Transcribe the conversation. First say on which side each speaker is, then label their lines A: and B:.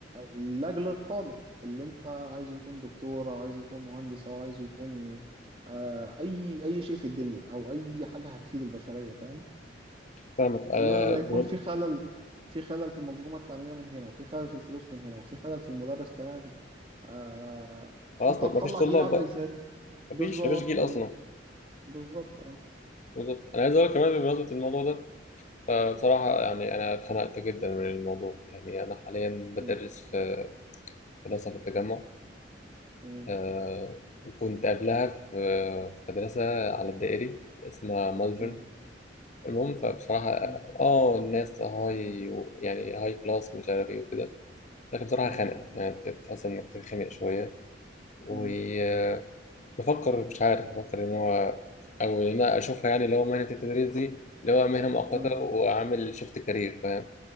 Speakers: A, on the right; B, on the left.
A: لاجل الطالب اللي انت عايزه يكون دكتور او عايزه يكون مهندس او عايزه يكون آه، اي اي شيء في الدنيا او اي حاجه هتفيد البشريه فاهم
B: فاهمك آه
A: انما لما
B: بن-
A: يكون في خلل في خلل في المنظومه التعليميه من هنا وفي خلل في الفلوس من هنا وفي خلل في المدرس كمان آه، فانت
B: خلاص ما
A: هتطلع
B: فيش طلاب
A: جيل عامل
B: بقى
A: ازاي
B: ما
A: بالظبط
B: فيش ما فيش جيل
A: هي
B: أصلا
A: بالظبط اه
B: بالظبط أنا عايز أقول كمان بمناسبة الموضوع ده فبصراحة يعني أنا اتخنقت جدا من الموضوع يعني أنا حاليا بدرس
A: م-
B: في مدرسة في التجمع
A: م-
B: آه وكنت قبلها في في مدرسة على الدائري اسمها مالفرن
A: م-
B: المهم فبصراحة
A: م-
B: اه الناس هاي يعني هاي كلاس مش عارف ايه وكده لكن بصراحة
A: م-
B: خانقة يعني بتحس انك تتخانق شوية وبفكر
A: م-
B: مش عارف بفكر ان هو او ان انا اشوفها يعني اللي هو مهنه التدريس دي اللي هو مهنه مؤقته
A: م-
B: واعمل شيفت كارير فاهم